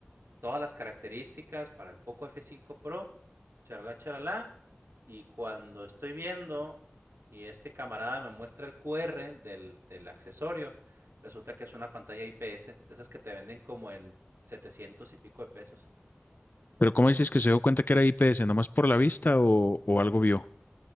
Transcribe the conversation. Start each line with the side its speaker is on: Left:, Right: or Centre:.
Right: todas las características para el Poco F5 Pro, charalá, charalá. Y cuando estoy viendo y este camarada me muestra el QR del, del accesorio, resulta que es una pantalla IPS, de esas que te venden como en 700 y pico de pesos.
Left: Pero ¿cómo dices que se dio cuenta que era IPS? ¿Nomás por la vista o, o algo vio?